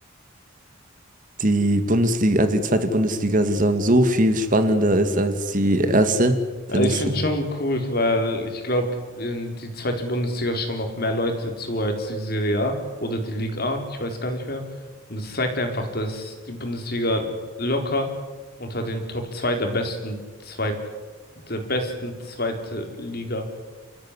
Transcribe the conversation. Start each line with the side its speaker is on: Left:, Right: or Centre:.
Right: die Bundesliga, also die zweite Bundesliga-Saison so viel spannender ist als die erste?
Left: Also
Right: Findest
Left: ich finde
Right: du?
Left: es schon cool, weil ich glaube, die zweite Bundesliga schauen noch mehr Leute zu als die Serie A oder die Liga A, ich weiß gar nicht mehr. Und es zeigt einfach, dass die Bundesliga locker unter den Top 2 der besten zweit der besten zweite Liga